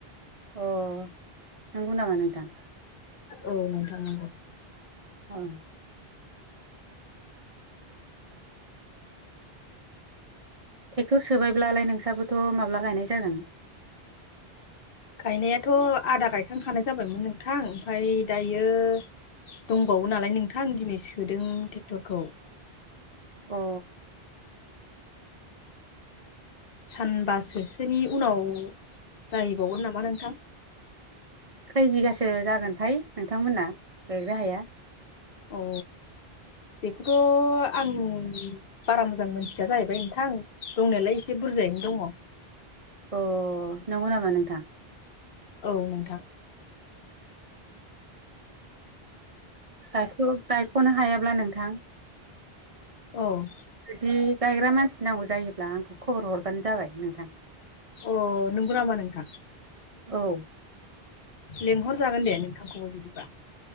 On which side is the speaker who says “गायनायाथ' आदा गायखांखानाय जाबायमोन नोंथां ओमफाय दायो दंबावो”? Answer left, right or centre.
Left